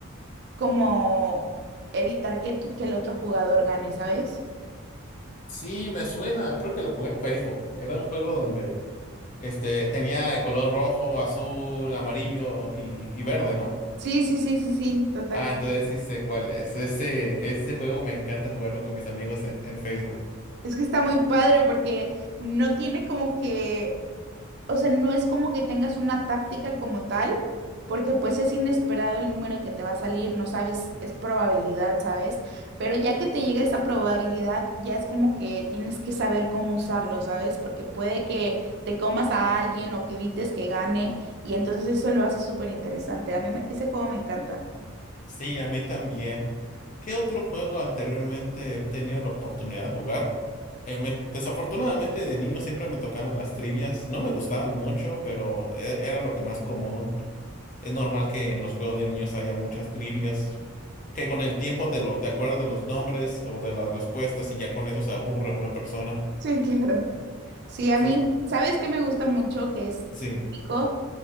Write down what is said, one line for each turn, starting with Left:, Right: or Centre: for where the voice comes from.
Right: como evitar que, tu- que el otro jugador gane, ¿sabes?
Left: Sí, me suena, creo que lo jugué en Facebook. Era un juego donde este tenía el color rojo, azul, amarillo y, y verde, ¿no?
Right: Sí, sí, sí, sí, sí, totalmente.
Left: Ah, entonces sí sé cuál es. Ese, ese juego me encanta jugarlo con mis amigos en, en Facebook.
Right: Es que está muy padre porque no tiene como que o sea, no es como que tengas una táctica como tal, porque pues es inesperado el número que te va a salir, no sabes, es probabilidad, ¿sabes? Pero ya que te llega esa probabilidad, ya es como que tienes que saber cómo usarlo, ¿sabes? Porque puede que te comas a alguien o que evites que gane, y entonces eso lo hace súper interesante. A mí me- ese juego me encanta.
Left: Sí, a mí también. ¿Qué otro juego anteriormente he tenido la oportunidad de jugar? Eh, me- desafortunadamente de niño siempre me tocaban las trivias. No me gustaban mucho, pero e- era lo que más común. Es normal que en los juegos de niños haya muchas trivias, que con el tiempo te lo te acuerdas de los nombres o de las respuestas y ya con eso se aburre una persona.
Right: Sí, claro. Sí, a
Left: Que
Right: mí, ¿sabes qué me gusta mucho? Que es
Left: sí.
Right: típico,